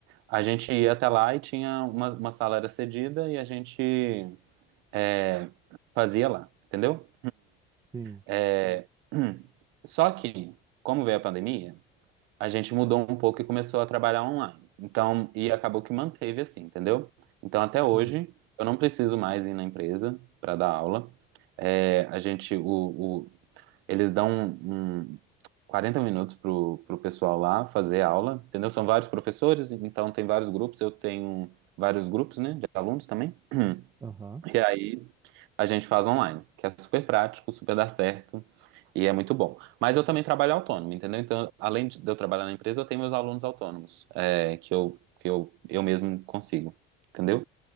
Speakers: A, on the right (about 70°); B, on the right (about 20°).
A: a gente ia até lá e tinha uma, uma sala era cedida e a gente é, fazia lá, entendeu?
B: Sim,
A: É, <clears throat> Só que, como veio a pandemia, a gente mudou um pouco e começou a trabalhar online. Então, e acabou que manteve assim, entendeu? Então, até hoje,
B: sim.
A: eu não preciso mais ir na empresa para dar aula. É, a gente, o, o- eles dão um, um 40 minutos pro, pro pessoal lá fazer aula, entendeu? São vários professores, então tem vários grupos, eu tenho vários grupos, né, de alunos também. <clears throat>
B: Aham.
A: E aí, a gente faz online, que é super prático, super dá certo e é muito bom. Mas eu também trabalho autônomo, entendeu? Então, além de eu trabalhar na empresa, eu tenho meus alunos autônomos, é, que eu, que eu, eu mesmo consigo, entendeu?